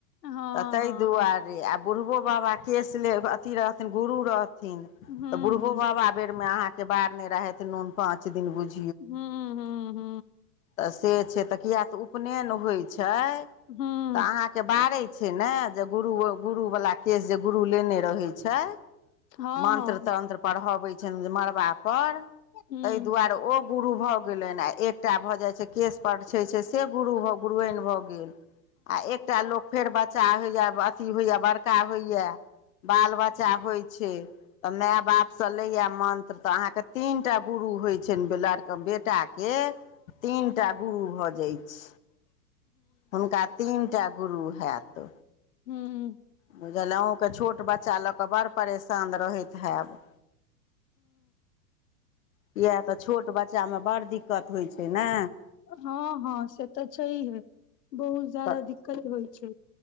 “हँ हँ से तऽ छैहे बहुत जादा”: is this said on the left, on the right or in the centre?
Left